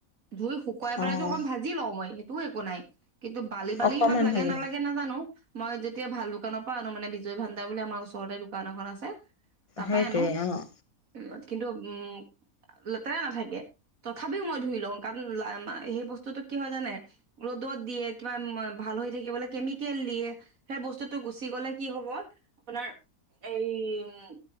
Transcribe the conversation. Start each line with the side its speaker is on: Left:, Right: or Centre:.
Right: ধুই শুকুৱাই পেলাইটো
Left: অঁ
Right: অকণ ভাজি লওঁ মই সেইটোও একো নাই। কিন্তু বালি-বালি
Left: অকণমান
Right: ইমান লাগে
Left: ভাগিব
Right: নালাগে নাজানো। মই যেতিয়া ভাল দোকানৰ পৰা আনো মানে বিজয় ভাণ্ডাৰ বুলি আমাৰ ওচৰতে দোকান এখন আছে। তাৰপাই
Left: সেইটোৱে
Right: আনো।
Left: অঁ
Right: উ কিন্তু উম লেতেৰা নাথাকে। তথাপিও মই ধুই লওঁ, কাৰণ সেই বস্তুটো কি হয় জানে? ৰ'দত দিয়ে কিবা ভাল হৈ থাকিবলৈ কেমিকেল দিয়ে। সেই বস্তুটো গুচি গ'লে কি হ'ব আপোনাৰ এই উ- উম,